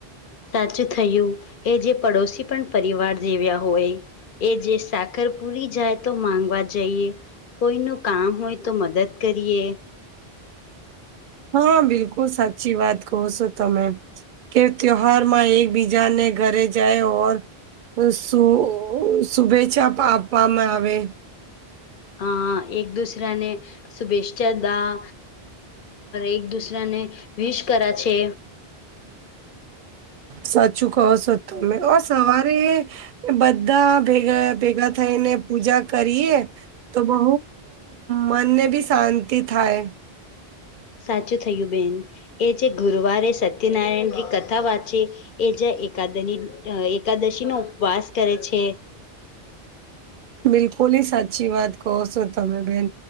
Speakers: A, on the left; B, on the right.
A: સાચું થયું એ જે પડોશી પણ પરિવાર જેવ્યા હોય એ જે સાકર પુરી જાય તો માંગવા જઈએ કોઈનું કામ હોય તો મદદ કરીએ
B: હા બિલકુલ સાચી વાત કહો છો તમે કે તહેવારમાં એકબીજાને ઘરે જાય ઓ શું શુભેચ્છા આપવામાં આવે
A: અ એક દુસરાને શુભેચ્છા દા એક દુસરાને વિશ કરા છે
B: સાચું કહો છો તમે ઓ સવારે બધા ભેગા ભેગા થઈને પૂજા કરીએ તો બહુ મનને બી શાંતિ થાય
A: સાચું થયું બેન એ જે ગુરુવારે સત્યનારાયણની કથા વાંચી એ જ એકાદની એકાદશીનો ઉપવાસ કરે છે
B: બિલકુલી સાચી વાત કહો છો તમે બેન